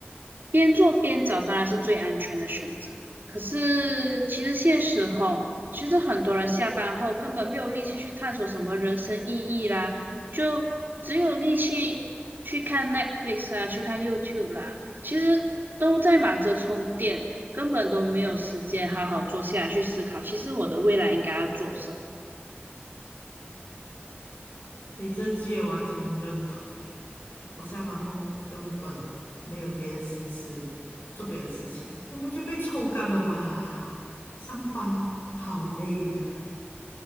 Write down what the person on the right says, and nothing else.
边做边找当然是最安全的选择啦可是其实现实吼，其实很多人下班后根本没有力气去探索什么人生意义啦，就只有力气去看 Netflix 啊，去看 YouTube 啦，其实都在忙着充电，根本都没有时间好好坐下来去思考，其实我的未来应该要做什么。